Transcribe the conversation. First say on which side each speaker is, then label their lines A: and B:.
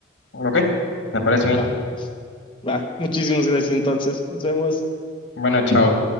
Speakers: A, on the left; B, on the left.
A: ¿Ok? Me parece bien.
B: Va, va. Muchísimas gracias entonces. Nos vemos.
A: Bueno, chao.